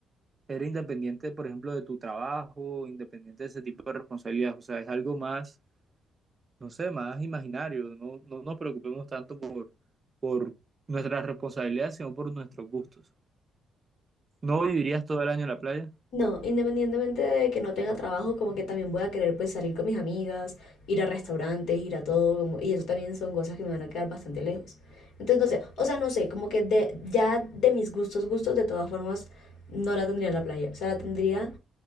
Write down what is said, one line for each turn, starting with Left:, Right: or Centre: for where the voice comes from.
Right: Era independiente, por ejemplo, de tu trabajo, independiente de ese tipo de responsabilidades. O sea, es algo más, no sé, más imaginario. No, no nos preocupemos tanto por, por nuestras responsabilidades, sino por nuestros gustos. ¿No vivirías todo el año en la playa?
Left: No, independientemente de que no tenga trabajo, como que también voy a querer pues salir con mis amigas, ir a restaurantes, ir a todo, como- y eso también son cosas que me van a quedar bastante lejos. Entonces, no sé, o sea, no sé, como que de, ya de mis gustos, gustos, de todas formas, no la tendría en la playa. O sea, la tendría